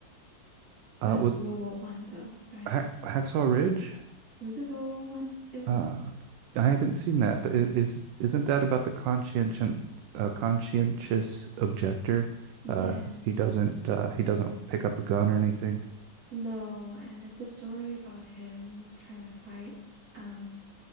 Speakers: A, on the right; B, on the right.
A: Uh,
B: But that
A: with
B: was World War One though, right?
A: Hack Hacksaw Ridge,
B: Was it World War One? It was.
A: uh, I haven't seen that. I- Is isn't that about the conscientious uh, conscientious objector?
B: Yes.
A: Uh, he doesn't uh, he doesn't pick up a gun or anything.
B: No, and it's a story about him trying to fight um